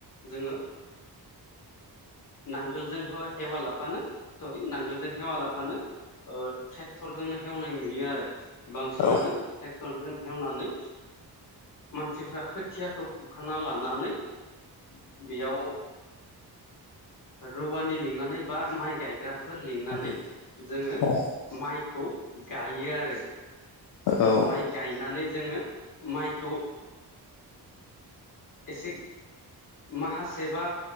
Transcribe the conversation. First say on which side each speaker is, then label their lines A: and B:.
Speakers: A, on the left; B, on the left.
A: जोङो नांगोलजों हेवा लाफानो सरि नांगोलजों हेवा लाफानो ट्रेक्टरजोंनो हेवनाय नुयो आरो बांसिनानो
B: औ
A: ट्रेक्टरजों हेवनानै मानसिफोरा खोथि खोथियाखौ फुखाना लानानै बेयाव रुवानि लिंनानै बा माइ गायग्राफोर लिंनानै
B: हाजिरा
A: जोङो
B: औ
A: माइखौ गायो आरो
B: औ
A: माइ गायनानै जोङो माइखौ एसे माहासे बा